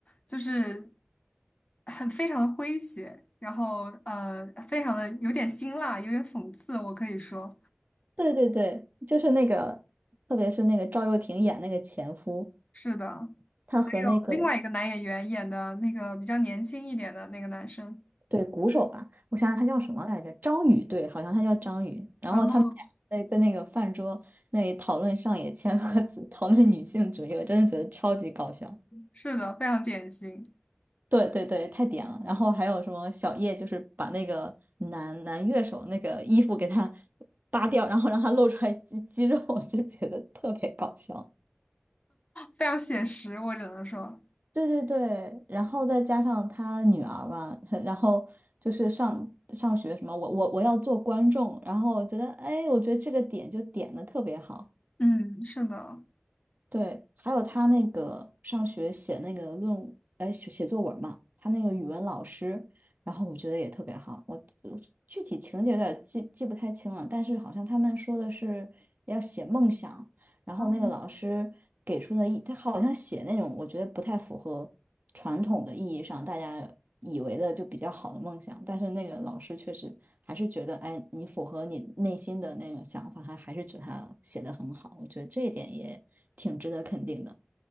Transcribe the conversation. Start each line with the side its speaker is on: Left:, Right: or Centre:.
Left: 就是很非常的诙谐，然后呃，非常的有点辛辣，有点讽刺，我可以说
Right: <laughs> 对对对，就是那个，特别是那个赵又廷演那个前夫，
Left: 是的。
Right: 他和那个
Left: 还有另外一个男演员演的那个比较年轻一点的那个男生，
Right: 对，鼓手吧，我想想他叫什么来着？张宇，对，好像他叫张宇。然后他们俩在在那个饭桌那里讨论上野千鹤子，
Left: 嗯，
Right: 讨论女性主义，我真的觉得超级搞笑。
Left: 是的，非常典型，
Right: 对对对，太点了。然后还有什么小叶，就是把那个男男乐手那个衣服给他 <laughs> 扒掉，然后让他露出来肌肌肉，我就觉得特别搞笑。
Left: 非常写实，我只能说，
Right: 对对对，然后再加上他女儿吧，<laughs> 然后就是上上学什么，我我我要做观众，然后我觉得，哎，我觉得这个点就点的特别好。
Left: 嗯，是的。
Right: 对，还有他那个上学写那个论，哎，写写作文嘛，他那个语文老师，然后我觉得也特别好。我我具体情节有点记记不太清了，但是好像他们说的是要写梦想，然后那个老师给出的意，
Left: 嗯。
Right: 他好像写那种我觉得不太符合传统的意义上大家以为的就比较好的梦想，但是那个老师确实还是觉得，哎，你符合你内心的那个想法，他还是觉得他写的很好，我觉得这一点也挺值得肯定的。